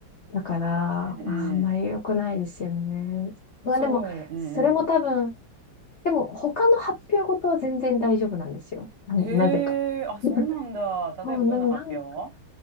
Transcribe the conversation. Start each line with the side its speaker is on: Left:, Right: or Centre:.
Left: だから、
Right: うん、
Left: ああんまり良くないですよね。
Right: うん
Left: まあでも、
Right: そう、うん、
Left: それも多分、
Right: うん。
Left: でも、他の発表事は全然大丈夫なんですよ。うんなぜか。
Right: へえ、あ、そうなんだ。
Left: <laughs> あでなんか、
Right: 例えば、どんな発表